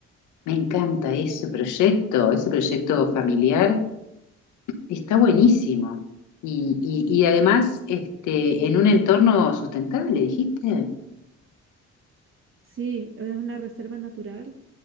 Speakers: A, on the left; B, on the right.
A: Me encanta ese proyecto, ese proyecto familiar Está buenísimo. Y, y, y además, este, en un entorno sustentable, dijiste,
B: Sí, es una reserva natural